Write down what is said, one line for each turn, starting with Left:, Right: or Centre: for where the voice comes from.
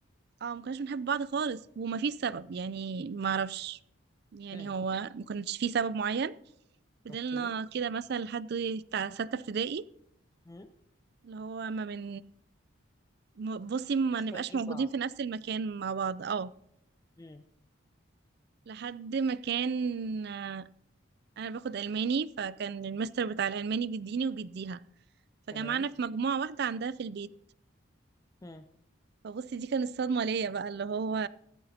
Right: اه ما كناش بنحب بعض خالص وما فيش سبب يعني ما اعرفش يعني
Left: امم
Right: هو ما كانش فيه سبب معين فضلنا
Left: اوكي
Right: كده مثلا لحد بتاع سته ابتدائي
Left: امم
Right: اللي هو ما بن م- بصي ما
Left: مش
Right: نبقاش
Left: طايقين
Right: موجودين
Left: بعض
Right: في نفس المكان مع بعض اه
Left: امم
Right: لحد ما كان آه، انا باخد الماني فكان المستر بتاع الالماني بيديني وبيديها فجمعنا
Left: تمام
Right: في مجموعة واحدة عندها في البيت
Left: امم
Right: فبصي دي كانت الصدمة ليا بقى اللي هو